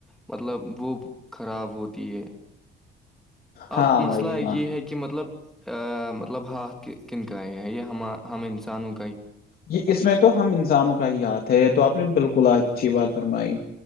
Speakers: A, in the centre; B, on the left.
A: مطلب وہ خراب ہوتی ہے
B: ہاں
A: اب مسئلہ
B: بھائی
A: یہ
B: ہاں
A: ہے کہ کہ مطلب مطلب ہاتھ کنک ہے ہیں انسان
B: یہ اس میں تو ہم انسانوں کا ہی ہاتھ ہے یہ تو آپ نے بالکل اچھی بات فرمائی